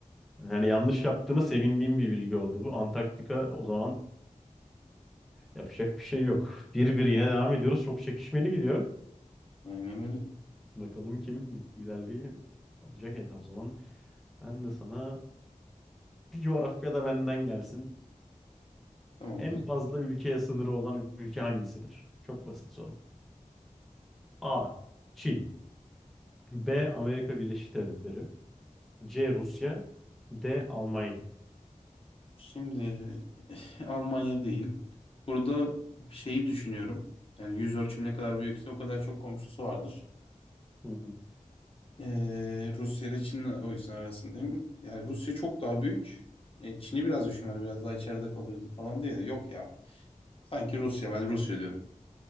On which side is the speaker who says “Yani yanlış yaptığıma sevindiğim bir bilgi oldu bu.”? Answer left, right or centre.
Centre